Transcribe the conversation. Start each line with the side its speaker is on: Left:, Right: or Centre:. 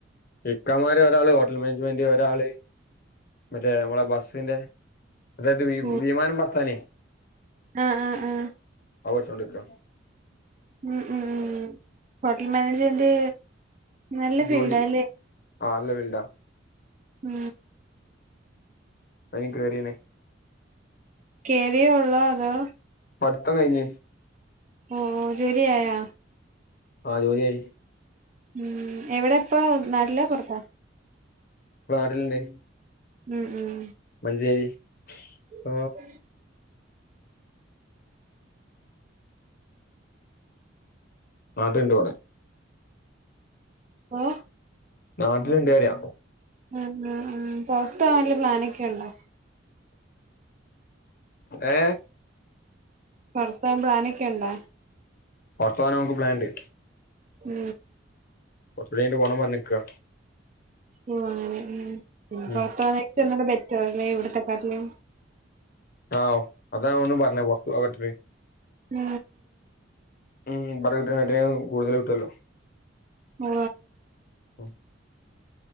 Left: കക്കമാര് ഒരാള് ഹോട്ടൽ മാനേജ്മെന്റ് ഒരാള് മറ്റേ നമ്മളെ ബസ്സിന്റെ അതത്
Right: ഓ
Left: വിമാനം പർത്താനേ
Right: ആ ആ ആ
Left: അവർസണ്ടക്ക
Right: ഉ ഉ ഹോട്ടൽ മാനേജ്മെന്റ് നല്ല
Left: ജോലി
Right: ഫീൽഡല്ലേ
Left: ആ അല്ല വണ്ടാ
Right: ഉം
Left: എനിക്ക് കേയറിയനെ
Right: കേറയോ ഉള്ള അതോ
Left: പഠിത്തം കഴിഞ്ഞഞ്
Right: ഓഓ ജോലി ആയോ
Left: ആഹ ജോലിയായി
Right: ഉം എവിടെ ഇപ്പ നാട്ടില പുൊറത്താ
Left: നാടിലിന്റെറെ
Right: ഉം ഉം
Left: അതെ <unintelligible>
Right: ഉ <unintelligible>
Left: ആ നാട്ടിൽ ഉണ്ട് ഇവിടെ
Right: ആ
Left: നാട്ടില ഇണ്ട്ന്ന് പറയാ
Right: ഉ പൊറത്ത് പോവാൻ വലിയ പ്ലാനൊക്കെുണ്ടോ
Left: ഏ
Right: പുറത്തൻ പ്ലാനൊക്കെയ ഉണ്ടാ
Left: പറത്ത പോന്ന നമുക്ക് പ്ലാാന്ണ്ട്
Right: ഉം
Left: കുറച്ച കൂ പോകണം പറഞ്ഞിക്ക
Right: ആ ഉ പിന്നെ
Left: ഉം
Right: പുറത്തു വന്നട്ട് ചറിനെ ഇവിടത്തെ കാാട്ടിനെയും
Left: ആ അതാ ഒന്ന് പറഞ്ഞ പുത്തുട്ടേ
Right: ഉം
Left: ഉം പറ കിട്ടട്ട കൂടുതൽ കിട്ടുവല്ലോ
Right: മ
Left: ഉ <unintelligible>